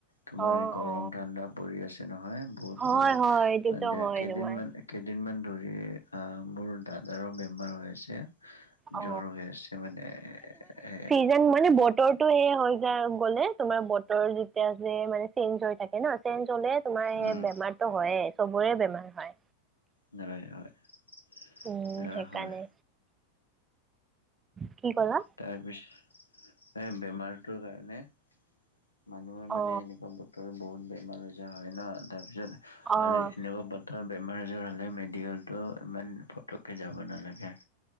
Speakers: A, on the left; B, on the right.
A: তোমাৰ
B: অ
A: গৰম
B: অ
A: ঠাণ্ডা পৰি আছে নহয়। বহুত
B: হয়
A: বেমাৰ।
B: হয়
A: <unintelligible>
B: এইটোতো হয়
A: কেইদিনমানে
B: তোমাৰ
A: কেইদিনমান ধৰি মোৰ দাদাৰো বেমাৰ হৈ আছে।
B: অ
A: জ্বৰ হৈ আছে মানে এ
B: যে মানে বতৰটো সে হৈ য গ'লে, তোমাৰ বতৰ যেতিয়া যে মানে চেঞ্জ হৈ থাকে। -কে ন, চেঞ্জ হ'লে তোমাৰ সেই
A: উম
B: বেমাৰতো হয়েই। চবৰে বেমাৰ হয়।
A: হয়। হয়।
B: উম সেইকাৰণে
A: হয়।
B: কি ক'লা?
A: তাৰপিছত, এই বেমাৰটোৰ কাৰণে মানুহৰ মানে
B: অ
A: এনেকুৱা বতৰ বহুত বেমাৰ আজাৰ হয় ন, তাৰ পিছত
B: অ
A: আৰু এনেকুৱা বত ধৰা বেমাৰ আজাৰ হ'লে মেডিকেলটো ইমান পটককৈ যাব নালাগে।